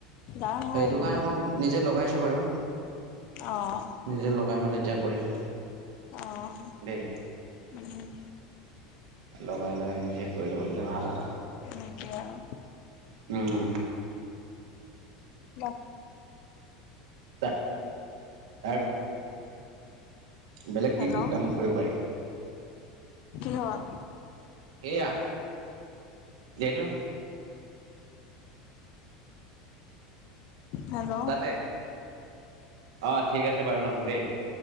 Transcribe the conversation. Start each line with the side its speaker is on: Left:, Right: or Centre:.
Left: দাম হয়
Right: এইটো
Left: বহুত
Right: কাৰণে মই নিজে লগাইছোঁ। বাৰু
Left: অ',
Right: নিজে লগাই মেলি এতিয়া কৰিছোঁ।
Left: অ',
Right: দেই
Left: উম,
Right: লগাই লয় নিজে কৰি লবলে ভাল আৰু
Left: এনেকে আৰু
Right: উম।
Left: বাকি
Right: তাৰ ভিতৰত বেলেগ
Left: হেল্ল'
Right: কি কি কাম কৰিব পাৰি।
Left: কিহত
Right: এয়া যিহেতু
Left: হেল্ল'
Right: তাতে অ ঠিক আছে বাৰু নহ'লে দেই